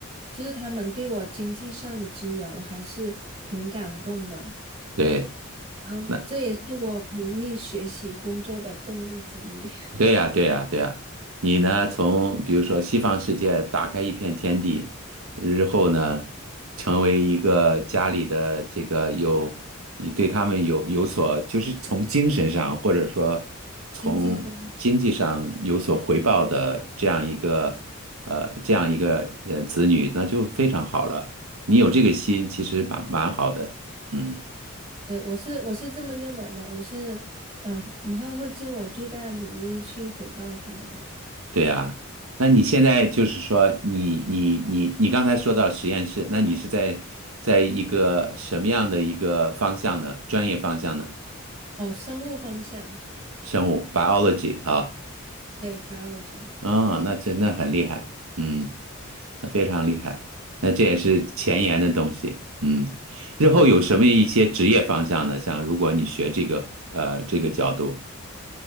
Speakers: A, on the right; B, on the right.
A: 就是他们对我经济上的支援，我还是挺感动的。
B: 对，
A: 然后这也是我努力学习工作的动力之一，
B: 那对呀，对呀，对呀，你呢？从比如说西方世界打开一片天地，日后呢，成为一个家里的这个有，你对他们有有所，就是从精神上或者说从经济上有所回报的这样一个，
A: <laughs> 经济上。
B: 呃，这样一个呃子女，那就非常好了。你有这个心，其实蛮蛮好的。嗯。
A: 对，我是我是这么认为的，我是嗯、呃以后会尽我最大的努力去回报他们的。
B: 对呀，那你现在就是说，你你你你刚才说到实验室，那你是在在一个什么样的一个方向呢？专业方向呢？
A: 哦，生物方向，
B: 生物 biology 哈
A: 对，biology，
B: 啊，那真的很厉害，嗯，那非常厉害，那这也是前沿的东西，嗯，日后有什么一些职业方向呢？
A: 对对，
B: 像如果你学这个呃这个角度，